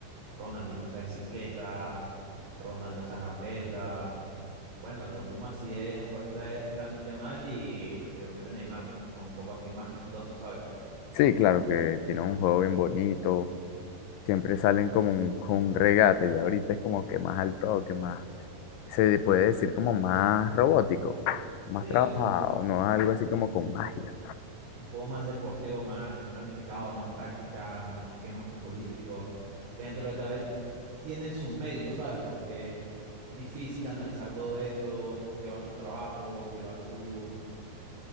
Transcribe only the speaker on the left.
sí, claro que tiene un juego bien bonito. Siempre salen como un- con un regate y ahorita es como que más al toque, más. se le puede decir como más robótico, más
trabajado,
no es
algo así como con magia.